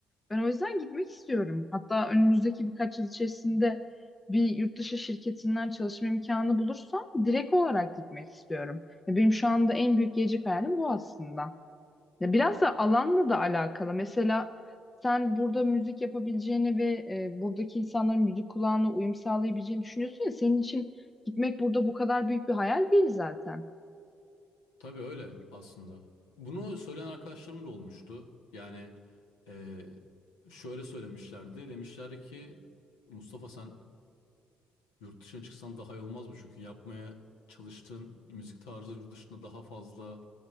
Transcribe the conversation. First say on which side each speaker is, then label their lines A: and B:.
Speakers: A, on the left; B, on the left.
A: Ben o yüzden gitmek istiyorum. Hatta önümüzdeki birkaç yıl içerisinde bir yurt dışı şirketinden çalışma imkanı bulursam direkt olarak gitmek istiyorum. Ya Benim şu anda en büyük gelecek hayalim bu aslında. Ya biraz
B: Yani
A: da alanla da alakalı. Mesela sen burada müzik yapabileceğini ve e, buradaki insanların müzik kulağına uyum sağlayabileceğini düşünüyorsun ya senin için gitmek burada bu kadar büyük bir hayal değil zaten. <laughs>
B: Tabii öyle aslında. Bunu söyleyen arkadaşlarım da olmuştu. Yani eee, şöyle söylemişlerdi. Demişler ki Mustafa sen yurt dışına çıksan daha iyi olmaz mı? Çünkü yapmaya çalıştığın müzik tarzı yurt dışında daha fazla